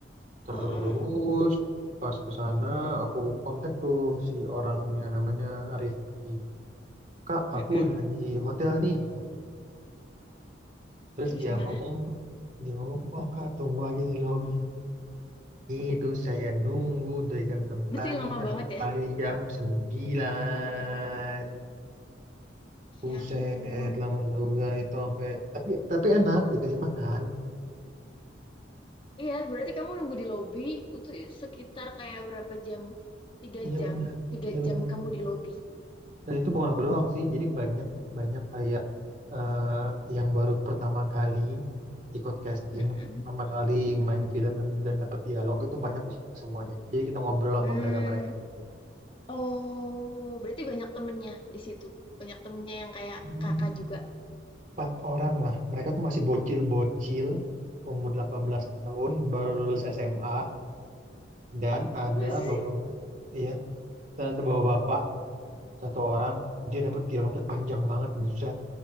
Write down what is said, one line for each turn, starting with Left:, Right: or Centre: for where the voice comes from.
Right: Terus
Left: Heeh.
Right: pas ke sana aku kontak tuh si orangnya namanya Rifki. Kak,
Left: Mm-mm.
Right: aku udah di hotel nih gitu. Terus
Left: Terus
Right: dia
Left: gimana?
Right: ngomong, dia ngomong, oh kak tunggu aja di lobby. Itu saya nunggu dari jam 6
Left: Mesti
Right: pagi
Left: lama
Right: sampai
Left: banget ya?
Right: jam 9. Buset,
Left: Ya ampun.
Right: lama juga itu sampai tapi tapi enak dikasih makan.
Left: Iya, berarti kamu nunggu di lobby itu sekitar kayak berapa jam? Tiga
Right: Iya
Left: jam.
Right: benar,
Left: Tiga
Right: iya
Left: jam
Right: benar.
Left: kamu di lobby.
Right: Dan itu bukan aku doang sih, jadi banyak banyak kayak eh, yang baru pertama kali ikut casting,
Left: Mm-mm.
Right: pertama kali
Left: Mm-mm.
Right: main film dan, dan dapat dialog itu banyak di situ semuanya. Jadi kita ngobrol sama
Left: Hmm.
Right: mereka-mereka gitu.
Left: Oh, berarti banyak temennya di situ. Banyak temennya yang kayak
Right: Hmm,
Left: kakak juga.
Right: Empat orang lah, mereka tuh masih bocil-bocil, umur 18 tahun, baru lulus SMA dan ada
Left: Masa
Right: bapak,
Left: sih?
Right: iya, dan ada bapak-bapak satu orang dia dapat dialognya panjang banget buset